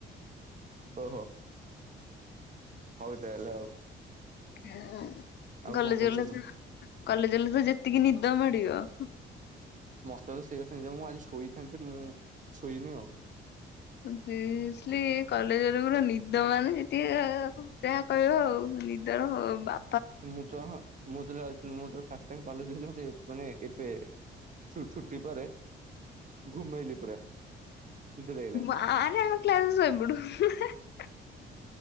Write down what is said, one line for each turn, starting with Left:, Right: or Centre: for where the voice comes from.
Right: <inaudible> ଓହୋ। ହଉ ତାହେଲେ ଆଉ।
Left: ହୁଁ ଉଁ।
Right: ଆଉ
Left: କଲେଜ
Right: କଣ କହୁଛ
Left: ଗଲେ
Right: କୁହ?
Left: ତ କଲେ ଜ ଗଲେ ତ ଯେତିକି ନିଦ ମାଡିବ।
Right: ମତେ ତ ସେଇ କଥା ହିଁ ଯୋଉ ମୁଁ ଆଜି ଶୋଇଥାନ୍ତି। ମୁଁ ଶୋଇନି ଆଉ।
Left: ସିରିଅସ୍ଲି କଲେଜରେ ପୁରା ନିଦ ମାନେ ଟିକେ ଯାହା କହିବ ଆଉ ନିଦର ବା
Right: ମୁଁ ତ ହଁ ମୁ। ତୁ ସେତେବେଳେ ଆସିନି ମୁଁ ଯେତେବେଳେ ଫାଷ୍ଟ ଟାଇମ କଲେଜ ଗଲି ମାନେ ଏବେ ଛୁଟି ପରେ। ଘୁମେଇଲି ପୁରା। ନିଦ ଲାଗିଲା
Left: ମାଆରେ ଆମେ କ୍ଲାସରେ ସୋଇପଡୁ।। <unintelligible>